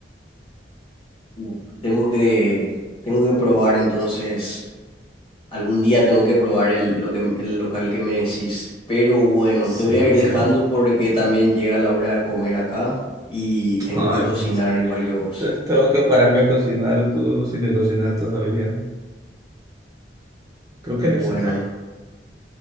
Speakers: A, on the left; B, on the right.
A: Uf, Tengo que, tengo que probar entonces, algún día tengo que probar el, lo que, el local que me decís. Pero bueno,
B: Sí,
A: te voy a ir dejando
B: sí.
A: porque también llega la hora de comer acá y tengo
B: Ay,
A: que cocinar
B: <laughs> esto-
A: igual que vos.
B: te- tengo que pararme a cocinar, tú no sé qué cocinar todavía. Creo
A: Bueno.
B: que era esa talla.